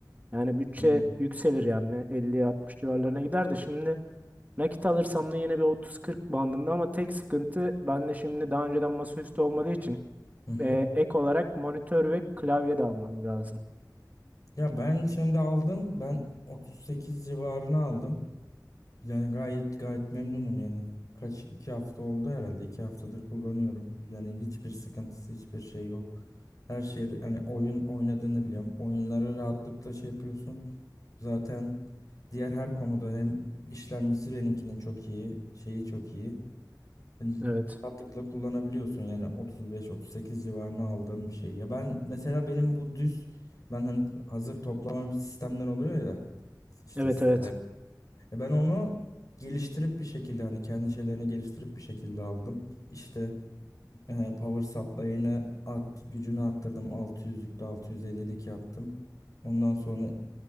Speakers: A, on the right; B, on the left.
A: yani bütçe
B: Hı hı.
A: yükselir yani 50 altmış civarlarına gider de şimdi nakit alırsam da yine bir 30-40 bandında ama tek sıkıntı ben de şimdi daha önceden masaüstü olmadığı için
B: Hı hı.
A: e, ek olarak monitör ve klavye de almam lazım.
B: Ya ben şimdi aldım. Ben 38 civarına aldım. Yani gayet gayet memnunum yani. Kaç iki hafta oldu herhalde. iki haftadır kullanıyorum. Yani hiçbir sıkıntısı hiçbir şey yok. Her şey hani oyun oynadığını biliyorum. Oyunları rahatlıkla şey yapıyorsun. Zaten diğer her konuda hem işlemcisi benimkinin çok iyi, şeyi çok iyi. Yani
A: Evet.
B: Rahatlıkla kullanabiliyorsun yani 35-38 civarına aldığım bir şey. Ya ben mesela benim bu düz ben hani hazır toplama bir sistemler oluyor ya işte
A: Evet
B: siteler.
A: evet.
B: Ya ben onu geliştirip bir şekilde hani kendi şeylerini geliştirip bir şekilde aldım. İşte ee, power supply'ını at, gücünü arttırdım. 600'lükte 650'lik yaptım. Ondan sonra